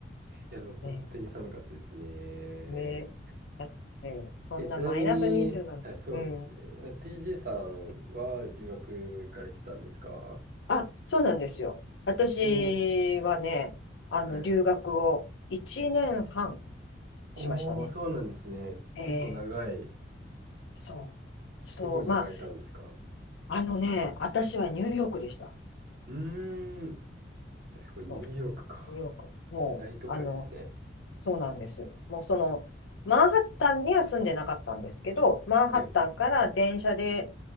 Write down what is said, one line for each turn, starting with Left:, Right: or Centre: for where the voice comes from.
Right: いや、でも本当に寒かったですね。
Left: ね
Right: <laughs>
Left: え、ねえ、ねえそんなマイナス20なんて。
Right: え、ちなみに、あ、そうですね。
Left: うん。
Right: あ TJ さんは留学行かれてたんですか
Left: あ、そうなんですよ。私はね、
Right: お、
Left: あの、
Right: はい。
Left: 留学を1年半
Right: おー、
Left: しましたね。
Right: そうなんですね。
Left: ええ、
Right: 結構長い。
Left: そう。そう。
Right: どこに行かれたんですか
Left: まあ、あのね、私はニューヨークでした。
Right: うーん。すごい、ニューヨークか。
Left: そう、ニューヨーク。もう、
Right: 大都会ですね。
Left: あの、そうなんですよ。もうその、マンハッタンには住んでなかったんですけど、マンハッタンから電車で、
Right: はい。